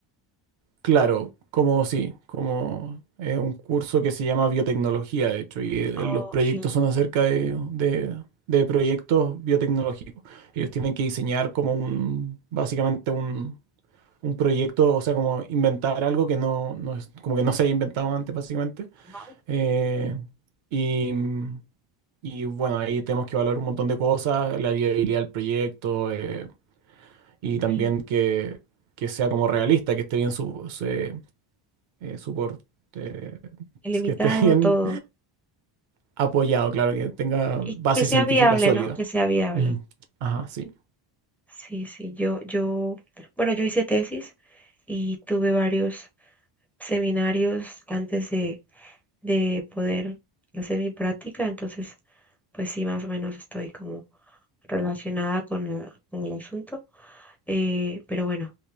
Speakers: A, on the right (about 70°); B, in the centre.
A: Claro, como sí, como eh, un curso que se llama biotecnología, de hecho, y eh,
B: Ok.
A: los proyectos son acerca de, de- de proyectos biotecnológicos. Ellos tienen que diseñar como un, básicamente un, un proyecto, o sea, como inventar algo que no, no es, como que no se haya inventado antes, básicamente.
B: Ajá.
A: Eh, y y bueno, ahí tenemos que evaluar un montón de cosas, la viabilidad del proyecto, eh, y también
B: Sí.
A: que, que sea como realista, que esté bien su, se- eh, suport- eh,
B: Ilimitado
A: que esté <laughs> bien
B: todo.
A: apoyado, claro, que tenga
B: Y
A: base
B: que sea
A: científica
B: viable,
A: sólida.
B: ¿no? Que sea viable.
A: Ujú. Ajá, sí.
B: Sí, sí. Yo, yo, bueno, yo hice tesis y tuve varios seminarios antes de, de poder hacer mi práctica. Entonces, pues sí, más o menos estoy como relacionada con la- con el asunto. Eh, pero bueno,